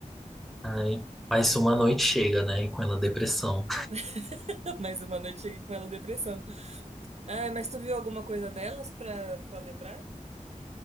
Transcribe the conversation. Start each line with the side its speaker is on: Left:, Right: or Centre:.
Centre: Ai, mais uma noite chega, né, e com ela depressão.
Right: <laughs> Mais uma noite aqui com ela depressão. Ah, mas tu viu alguma coisa delas pra, pra lembrar?